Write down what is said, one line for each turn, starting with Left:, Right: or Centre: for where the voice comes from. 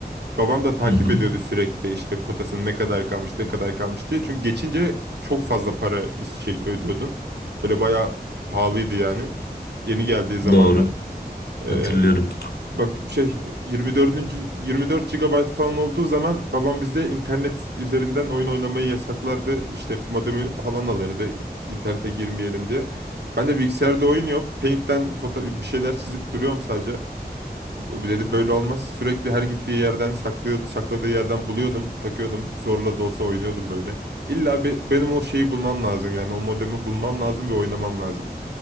Right: Babam da takip
Left: <laughs> Hı hı,
Right: ediyordu sürekli işte kotasının ne kadar kalmış ne kadar kalmış diye. Çünkü geçince çok fazla para is- şey ödüyordun. Böyle bayağı pahalıydı yani. Yeni geldiği zamanlar.
Left: doğru
Right: Ee,
Left: hatırlıyorum.
Right: bak şey 24. 24 gigabayt falan olduğu zaman babam bize internet üzerinden oyun oynamayı yasaklardı. İşte modemi falan alırdı internete girmeyelim diye. Ben de bilgisayarda oyun yok. Paint'ten foto bir şeyler çizip duruyorum sadece. Dedim böyle olmaz. Sürekli her gittiği yerden saklıyordu, sakladığı yerden buluyordum, takıyordum. Zorla da olsa oynuyordum böyle. İlla be- benim o şeyi bulmam lazım yani o modemi bulmam lazım ve oynamam lazım.